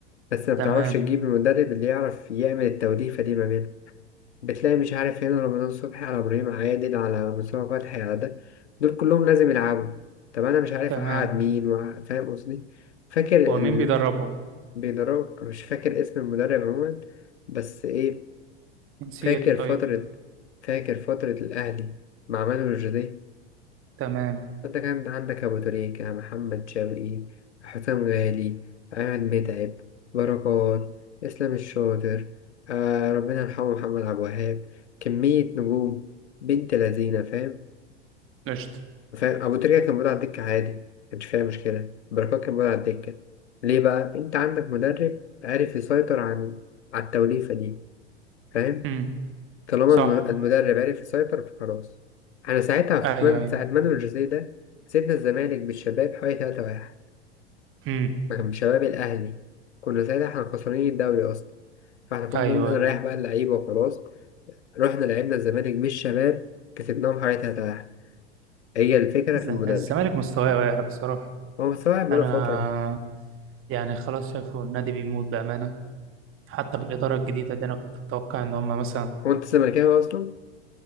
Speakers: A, on the left (about 85°); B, on the right (about 40°).
A: بس ما بتعرفش
B: تمام
A: تجيب المدرب اللي يعرف يعمل التوليفه دي ما بينهم بتلاقي مش عارف هنا رمضان صبحي على ابراهيم عادل على مصطفى فتحي على ده دول كلهم لازم يلعبوا طب انا مش عارف
B: تمام
A: اقعد مين وأقعد- فاهم قصدي فاكر
B: هو
A: ال...
B: مين بيدربهم
A: بيدرب مش فاكر اسم المدرب عموما بس ايه
B: جنسيته
A: فاكر
B: طيب
A: فترة فاكر فترة الأهلي مع مانويل الجدي
B: تمام
A: فأنت كان عندك أبو تريكة محمد شوقي حسام غالي أحمد متعب بركات إسلام الشاطر آه ربنا يرحمه محمد عبد الوهاب كمية نجوم بنت لذينة فاهم
B: قشطة
A: فاهم أبو تريكة كان موجود على الدكة عادي مكانش فيها مشكلة بركات كان موجود على الدكة ليه بقى أنت عندك مدرب عارف يسيطر عن على التوليفة دي فاهم
B: امم
A: طالما
B: صح
A: الم- المدرب عرف يسيطر فخلاص احنا ساعتها
B: ايوه
A: في من...
B: ايوه
A: ساعة مانويل جوزيه ده كسبنا الزمالك بالشباب حوالي 3-1
B: امم
A: مع شباب الأهلي كنا ساعتها احنا خسرانين الدوري أصلا فاحنا كنا
B: ايوه
A: نريح بقى اللعيبة وخلاص رحنا لعبنا الزمالك بالشباب كسبناهم حوالي 3-1 هي الفكرة
B: الز-
A: في المدرب
B: الزمالك مستواه واقع بصراحة
A: هو مستوعب بقاله
B: انا
A: فترة
B: يعني خلاص شايفه النادي بيموت بأمانة حتى بالإدارة الجديدة دي انا كنت متوقع ان هم مثلا
A: هو أنت زملكاوي أصلا